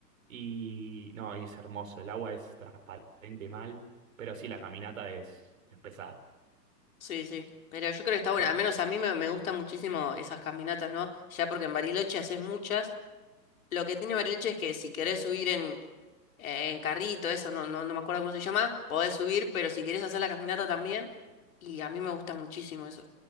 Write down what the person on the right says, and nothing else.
Y no, y es hermoso. El agua es transparente mal, pero sí, la caminata es, es pesada.
Yo,